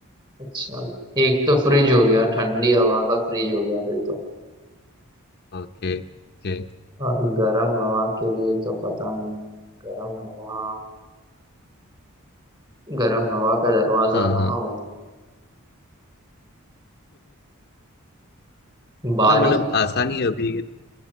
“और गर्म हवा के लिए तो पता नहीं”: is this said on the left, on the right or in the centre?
Right